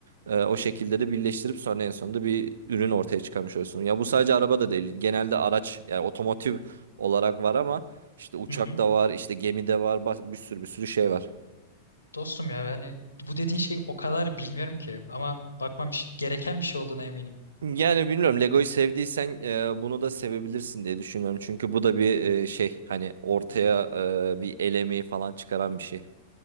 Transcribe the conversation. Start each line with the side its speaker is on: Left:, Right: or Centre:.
Right: E, o şekilde de birleştirip sonra en sonunda bir ürün
Left: Hı hı.
Right: ortaya çıkarmış oluyorsun. Ya bu sadece araba da değil. Genelde araç yani otomotiv olarak var ama işte uçak
Left: Hı hı.
Right: da var, işte gemi de var, bas- bir sürü bir sürü şey var.
Left: Dostum ya yani bu dediğin şeyi o kadar bilmiyorum ki ama bakmam gereken bir şey olduğuna eminim.
Right: Yani bilmiyorum Lego'yu sevdiysen e, bunu da sevebilirsin diye düşünüyorum. Çünkü bu da bir e, şey hani ortaya e, bir el emeği falan çıkaran bir şey.